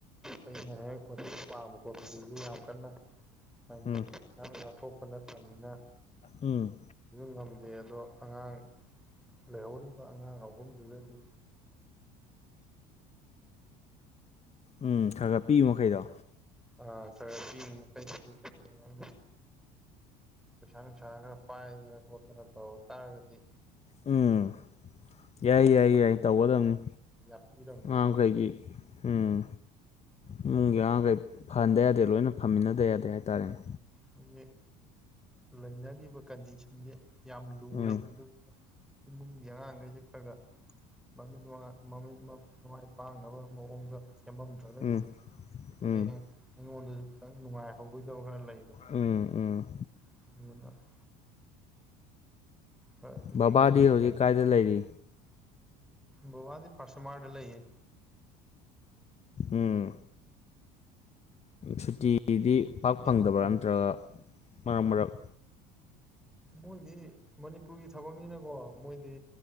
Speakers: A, in the centre; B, on the left (about 30°).
A: ꯑꯩꯅ ꯍꯦꯛ ꯃꯇꯦꯡ ꯄꯥꯡꯕ ꯈꯣꯠꯄꯗꯨꯁꯨ ꯌꯥꯝ ꯀꯟꯅ꯫ ꯍꯥꯏꯗꯤ
B: ꯎꯝ
A: ꯄꯩꯁꯥ ꯅꯨꯡꯁꯥ ꯊꯣꯛꯄ ꯅꯠꯇꯝꯅꯤꯅ꯫
B: ꯎꯝ꯫
A: ꯉꯝꯗꯦ ꯑꯗꯣ꯫ ꯑꯉꯥꯡ ꯂꯩꯍꯧꯔꯤꯕ ꯑꯉꯥꯡ ꯑꯍꯨꯝꯗꯨꯅꯗꯤ꯫
B: ꯎꯝ ꯈꯔ ꯈꯔ ꯄꯤꯌ ꯃꯈꯩꯗꯣ꯫
A: ꯑ <unintelligible> ꯄꯩꯁꯥ ꯅꯨꯡꯁꯥ ꯈꯔ ꯄꯥꯏꯗꯅ ꯈꯣꯠꯇꯅ ꯇꯧꯔꯛ ꯇꯥꯔꯒꯗꯤ꯫
B: ꯎꯝ ꯌꯥꯏ ꯌꯥꯏ ꯌꯥꯏ ꯇꯧꯒꯗꯕꯅꯤ
A: ꯌꯥꯠꯄꯤꯔꯝꯒꯦꯅ
B: ꯑꯉꯥꯡꯈꯩꯒꯤ꯫ ꯎꯝ ꯏꯃꯨꯡꯒꯤ ꯑꯉꯥꯡꯈꯩ ꯐꯍꯟꯗ ꯌꯥꯗꯦ ꯂꯣꯏꯅ ꯐꯝꯃꯤꯟꯅꯗ꯫ ꯌꯥꯗꯦ ꯍꯥꯏꯇꯥꯔꯦꯅꯦ
A: ꯍꯧꯖꯤꯛ ꯂꯩꯅꯔꯤꯕ ꯀꯟꯗꯤꯁꯟꯁꯦ꯫ ꯌꯥꯝ ꯂꯨꯔꯦ
B: ꯎꯝ
A: ꯑꯗꯨꯗꯨ ꯏꯃꯨꯡꯒꯤ ꯑꯉꯥꯡꯈꯩꯁꯦ ꯈꯔꯒ꯫ ꯃꯃꯤꯠ ꯃꯃꯤꯠ ꯃꯥꯏ ꯄꯥꯛꯅꯕ ꯃꯑꯣꯡꯗ ꯁꯦꯝꯃꯝꯗ꯭ꯔꯒꯗꯤ꯫
B: ꯎꯝ ꯎꯝ
A: ꯍꯌꯦꯡ ꯑꯩꯉꯣꯟꯗꯁꯨ ꯈꯤꯇꯪ ꯅꯨꯡꯉꯥꯏꯍꯧꯔꯣꯏꯗꯕ ꯈꯔ ꯂꯩꯕ꯫
B: ꯎꯝ ꯎꯝ꯫
A: <inaudible> ꯈꯔ
B: ꯕꯕꯥꯗꯤ
A: ꯌꯦꯡꯁꯤꯟꯕꯤꯔꯝꯕꯅ
B: ꯍꯧꯖꯤꯛ ꯀꯥꯏꯗ ꯂꯩꯔꯤ꯫
A: ꯕꯕꯥ ꯐꯔꯁ ꯃꯥꯔ ꯂꯩꯌꯦ꯫
B: ꯎꯝ ꯁꯨꯇꯤꯒꯤꯗꯤ꯫ ꯄꯥꯛ
A: ꯏꯌꯥꯝꯕ
B: ꯐꯪꯗꯕ꯭ꯔꯥ
A: ꯍꯣꯏꯗꯤ
B: ꯅꯠꯇ꯭ꯔꯒ ꯃꯔꯛ ꯃꯔꯛ꯫
A: ꯃꯣꯏꯗꯤ ꯃꯅꯤꯄꯨꯔꯒꯤ ꯊꯕꯛꯅꯤꯅꯀꯣ ꯃꯣꯏꯗꯤ꯫